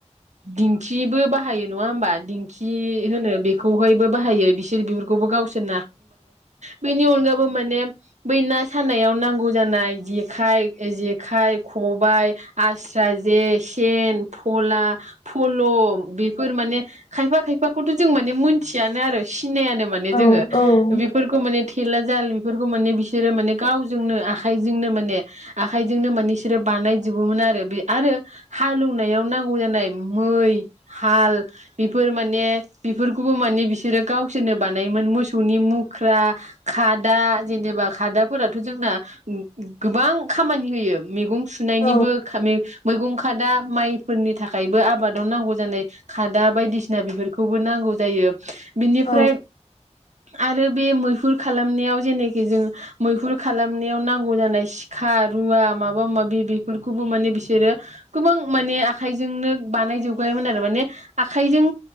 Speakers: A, on the right; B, on the left.
A: दिंथिबो बाहायो नङा होमबा। खि होनो बेखौहाय बै बो हायो बिसोरबो गावसोर बेनि अनगा माने बै ना सानायाव नांगौ जानाय जेखाय जेखाइ खबाइ, आस्रा जे, सेन फला, फल बेफोर माने खायफा खायफाखौथ जों माने मोनथियनो आरो। सिनायानो माने जोङो
B: औ औ
A: बेफोरखौ माने। <unintelligible> जाल बेफोरखौ माने बिसोरो माने गावजोंनो आखाइजोंनो माने आखाइजोंनो माने बिसोरो बानायजोबोमोन आरो बे आरो हालौनायाव नांगौ जानाय मै, हाल बेफोर माने बेफोरखौबो माने बिसोरो गावसोरनो बानायोमोन मोसौनि मुख्रा। खादा जेनेबा खादाफोराथ' जोंना गोबां खामानि होयो मैगं सुनायनिबो
B: औ
A: खाम मैगं खादा। माइफोरनि थाखायबो आबादाव नांगौ जानाय खादा बायदिसिना बेफोरखौबो नांगौ जायो। बिनिफ्राय
B: औ
A: आरो बे <unintelligible> मैहुर खालामनायाव जेननाखि जों मैहुर खालामनायाव नांगौ जानाय सिखा रुवा माबा माबि बेफोरखौबो माने बिसोरो गोबां माने आखायजोंनो बानायजोबगायोमोन आरो माने आखाइजों